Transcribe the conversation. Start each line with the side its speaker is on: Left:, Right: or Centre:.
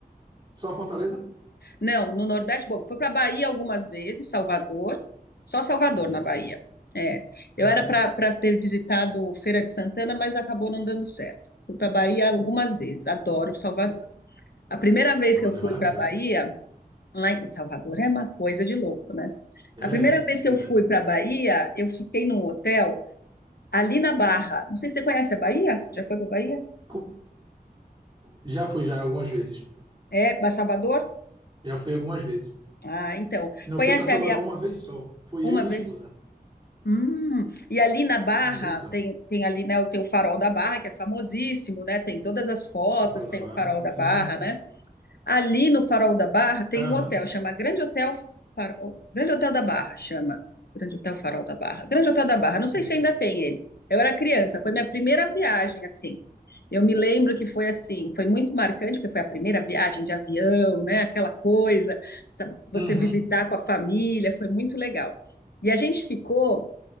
Right: Só Fortaleza?
Left: Não, no Nordeste, bom, fui para Bahia algumas vezes, Salvador, só Salvador
Right: Aí
Left: na
Right: é muito
Left: Bahia.
Right: bom.
Left: É, eu
Right: Uhum.
Left: era para ter visitado Feira de Santana, mas acabou não dando certo. Fui para Bahia algumas vezes, adoro Salvador. A primeira vez
Right: Salvador
Left: que eu fui
Right: é maravilhoso.
Left: para Bahia, lá em Salvador é uma coisa de louco, né? A primeira
Right: É,
Left: vez que
Right: verdade.
Left: eu fui para Bahia, eu fiquei num hotel ali na Barra. Não sei se você conhece a Bahia? Já foi para Bahia?
Right: Co- Já fui já algumas vezes.
Left: É, ba- Salvador?
Right: Já fui algumas vezes.
Left: Ah, então,
Right: Não,
Left: conhece
Right: fui para Salvador
Left: ali a-
Right: uma vez só. Fui
Left: uma
Right: eu e minha
Left: vez?
Right: esposa.
Left: Hum, e ali na Barra
Right: Uma vez só.
Left: tem, tem ali, né, tem o Farol da Barra, que é famosíssimo, né? Tem todas as fotos,
Right: Eu fora
Left: tem
Right: da Barra.
Left: o Farol da
Right: Sim.
Left: Barra, né? Ali no Farol da Barra tem
Right: Aham.
Left: um hotel, chama Grande Hotel Farol, Grande Hotel da Barra, chama. Grande Hotel Farol da Barra. Grande Hotel da Barra, não
Right: Sim.
Left: sei se ainda tem ele. Eu era criança, foi minha primeira viagem assim. Eu me lembro que foi assim, foi muito marcante, porque foi a primeira viagem de avião, né? Aquela coisa, sabe, você
Right: Uhum.
Left: visitar com a família, foi muito legal. E a gente ficou